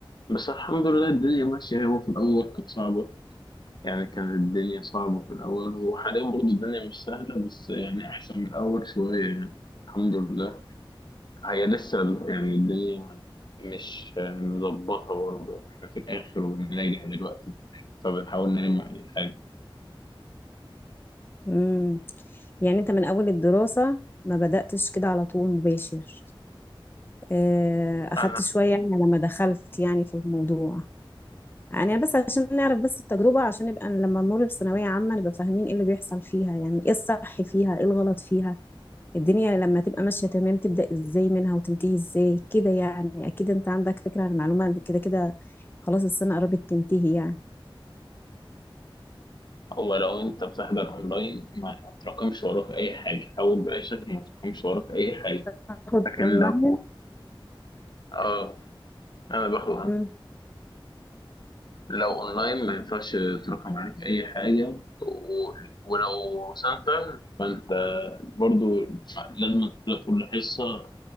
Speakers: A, on the left (about 55°); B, on the left (about 25°).
A: بس الحمد لله الدنيا ماشية هو في الأول كانت صعبة يعني كانت الدنيا صعبة في الأول وحاليا برضه الدنيا مش سهلة بس يعني أحسن من الأول شوية يعني الحمد لله هي لسه ال- يعني الدنيا مش مظبطة برضه إحنا في الآخر وبنلاقي دلوقتي فبنحاول نلم أي حاجة
B: امم يعني انت من اول الدراسة ما بدأتش كده على طول مباشر آه، اخدت
A: أنا
B: شوية يعني لما دخلت يعني في الموضوع يعني بس عشان نعرف بس التجربة عشان نبقى لما نمر بثانوية عامة نبقى فاهمين ايه اللي بيحصل فيها يعني ايه الصح فيها ايه الغلط فيها الدنيا لما تبقى ماشية تمام تبدأ ازاي منها وتنتهي ازاي كده يعني اكيد انت عندك فكرة عن المعلومة كده كده خلاص السنة قربت تنتهي يعني
A: هو لو أنت بتحضر أونلاين ما تراكمش وراك أي حاجة حاول بأي شكل ما تراكمش وراك أي حاجة
B: تاخد
A: لكن
B: اونلاين
A: لو آه أنا باخد
B: مم.
A: لو اونلاين ما ينفعش ترقم عليك اي حاجه و... ولو سنتر فانت برضو لازم تبقى كل حصه